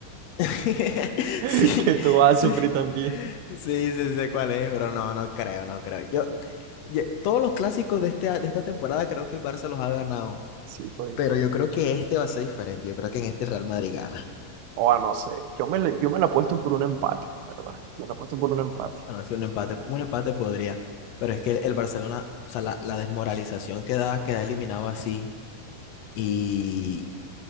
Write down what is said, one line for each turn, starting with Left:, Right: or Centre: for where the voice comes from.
Left: <laughs>
Right: <laughs>
Left: Sí,
Right: Que tú vas
Left: sí.
Right: a sufrir también.
Left: Sí, sí sé cuál es, pero no, no creo, no creo. Yo, Ye- Todos los clásicos de, este, de esta temporada creo que el Barça los ha ganado,
Right: Sí, todito.
Left: pero yo creo que este va a ser diferente. Yo creo que en este el Real Madrid gana.
Right: O a no sé. Yo me, le- yo me la he puesto por un empate, la ¿verdad? Me la he puesto por un empate.
Left: Bueno, sí, un empate, un empate podría, pero es que el, el Barcelona, o sea, la, la desmoralización que da, queda eliminado así y,